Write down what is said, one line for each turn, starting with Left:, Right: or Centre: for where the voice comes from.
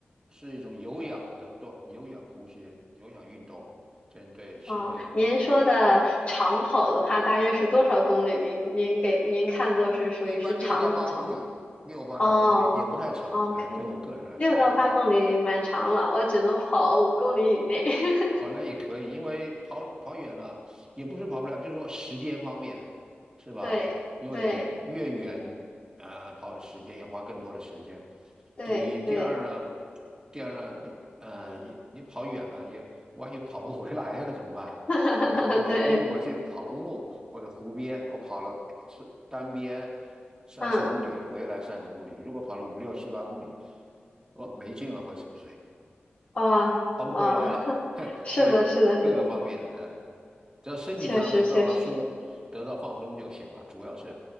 Right: 是一种有氧的多有氧呼吸、有氧运动，针对心肺功能。
Left: 哦，您说的长跑的话，大约是多少公里？您您给您看作是属于是长长
Right: 嗯，一般六到八公里，六八到公里也不太长。
Left: 哦，OK，
Right: 哎，对我个人来说，
Left: 六到八公里蛮长了，
Right: 对的。
Left: 我只能跑五公里以内。<laughs>
Right: 哦，那也可以，因为跑跑远了也不是跑不了，就是说时间方面，是吧？
Left: 对对
Right: 因为你越远，呃，跑的时间也花更多的时间。
Left: 对对，
Right: 第一，第二呢，第二呢，你呃，你你跑远了也，万一跑不回来了怎么办？
Left: <laughs>
Right: 因为对吧？
Left: 对，
Right: 因为我去跑公路或者湖边，我跑了是单边三四公里，
Left: 嗯，
Right: 回来三十公里，如果跑了五六七八公里，我没劲了，会什么？
Left: 啊哇，
Right: 跑不回来了，
Left: <laughs>
Right: <laughs>
Left: 是的，
Right: 所以各个方面，
Left: 是的，是的，
Right: 呃，只要身体上得到了舒，
Left: 确实确实是，
Right: 得到放松就行了，主要是，